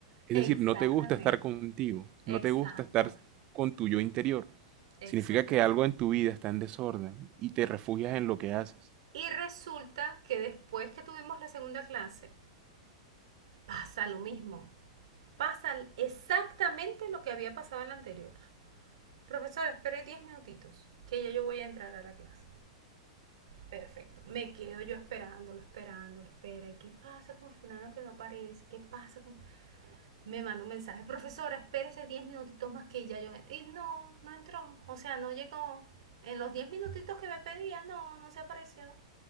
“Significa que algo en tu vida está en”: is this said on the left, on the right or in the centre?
Right